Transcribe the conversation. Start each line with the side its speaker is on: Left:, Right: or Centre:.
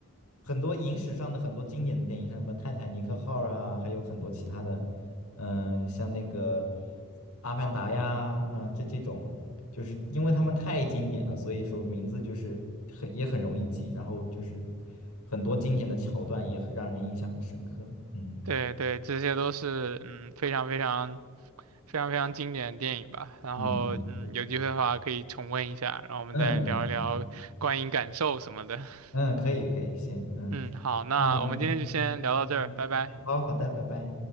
Left: 很多影史上的很多经典的电影，像什么《泰坦尼克号》啊，还有很多其他的，嗯，像那个《阿凡达》呀，嗯，这这种，就是因为他们太经典了，所以说名字就是很也很容易记，然后就是很多经典的桥段也很让人印象很深刻。嗯
Right: 对对，这些都是嗯非常非常非常非常经典的电影吧。然后嗯有机会的话可以重温一下，
Left: 嗯嗯，对对对，
Right: 然后我们再聊一聊观影感受什么的。
Left: 嗯嗯嗯
Right: <laughs>
Left: 嗯，可以可以，行，嗯，
Right: 嗯，好，那我们今天就先聊到这儿，
Left: 那我们今天就嗯嗯，
Right: 拜拜。
Left: 好好的，拜拜。